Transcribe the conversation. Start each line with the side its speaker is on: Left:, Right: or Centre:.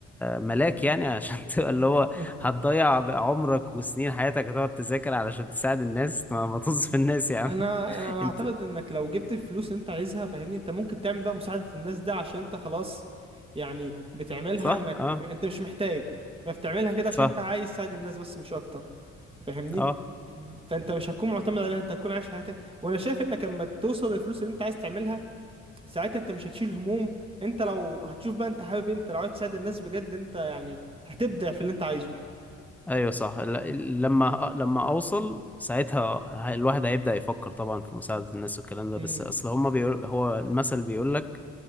Centre: ملاك يعني <laughs> عشان تبقى اللي هو
Right: إيه.
Centre: هتضيع عمرك وسنين حياتك هتقعد تذاكر علشان تساعد الناس ما, ما طز في <laughs> الناس يا عم
Right: انا
Centre: <laughs>
Right: انا اعتقد
Centre: انت
Right: انك لو جبت الفلوس اللي انت عايزها فاهمني انت ممكن تعمل بقى مساعدة الناس ده عشان انت خلاص يعني بتعملها
Centre: صح
Right: انك
Centre: اه
Right: انت مش محتاج فبتعملها كده عشان
Centre: صح
Right: انت عايز تساعد الناس بس مش اكتر فاهمني
Centre: اه
Right: فانت مش هتكون معتمد عليها انت هتكون عايش حياتك وانا شايف انك لما توصل للفلوس اللي انت عايز تعملها ساعتها انت مش هتشيل هموم انت لو هتشوف بقى انت حابب إيه، انت لو عايز تساعد الناس بجد انت يعني هتبدع في اللي انت عايزه
Centre: ايوه صح ل- لما لما اوصل ساعتها ه- الواحد هيبدأ يفكر طبعا في مساعدة الناس والكلام ده
Right: امم
Centre: بس اصل هما بيقول هو المثل بيقول لك